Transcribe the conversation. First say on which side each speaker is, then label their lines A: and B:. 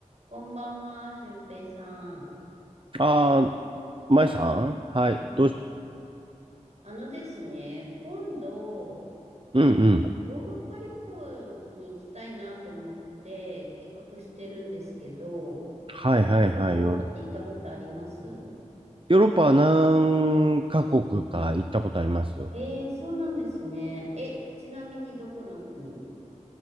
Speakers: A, on the right; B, on the right.
A: こんばんは、俊平さん。
B: ああ、舞さんはい。
A: あ、
B: どうし、
A: あのですね、今度、
B: うんうん。
A: あ、ヨーロッパ旅行に行きたいなと思って計画してるんですけど、
B: はいはいはい。
A: ヨーロッパって行ったことあります
B: ヨーロヨーロッパは何カ国か行ったことありますよ。
A: えー、そうなんですね。え、ちなみにどこの国に